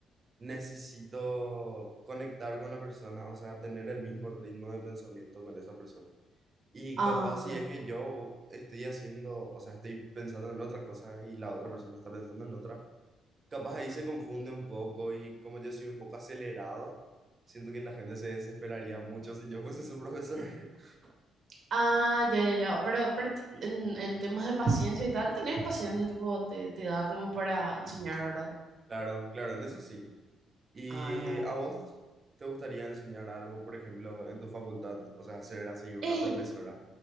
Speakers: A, on the right (about 35°); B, on the right (about 50°).
A: necesito conectar con la persona, o sea, tener el mismo ritmo de pensamiento con esa persona. Y
B: Ah,
A: capaz si
B: ya.
A: es que yo estoy haciendo, o sea, estoy pensando en otra cosa y la otra persona está pensando en otra, capaz ahí se confunde un poco y como yo soy un poco acelerado, siento que la gente se desesperaría mucho si yo fuese su profesor. <laughs>
B: Ah, ya, ya, ya. Pero, pero t- en, en temas de paciencia y tal, tenés paciencia, tipo, te, te da como para enseñar, ¿verdad?
A: Claro, claro, en eso sí. ¿Y
B: Ah, ya.
A: a
B: ya.
A: vos te gustaría enseñar algo, por ejemplo, en tu facultad? O sea, ser así una
B: ¡Ey!
A: profesora.